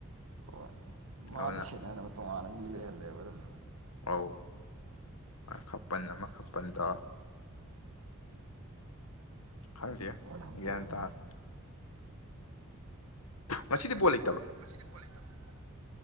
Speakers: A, on the right; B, on the left.
A: ꯍꯣꯏ ꯃꯥꯗ
B: ꯑꯗꯨꯅ
A: ꯁꯦꯠꯅꯅꯕ ꯇꯣꯉꯥꯟꯅ ꯃꯤ ꯂꯩꯍꯜꯂꯦꯕ ꯑꯗꯨꯝ
B: ꯑꯧ ꯈꯄꯜ ꯑꯃ ꯈꯄꯜꯗ ꯍꯪꯗꯤꯌꯦ
A: ꯑꯗꯨꯝ
B: ꯒꯤꯌꯥꯟ
A: ꯄꯣꯕ
B: ꯇꯥꯗꯦ ꯉꯁꯤꯗꯤ ꯕꯣꯜ ꯂꯩꯇꯕ꯭ꯔꯣ
A: ꯉꯁꯤꯗꯤ ꯕꯣꯜ ꯂꯩꯇꯕ꯭ꯔꯣ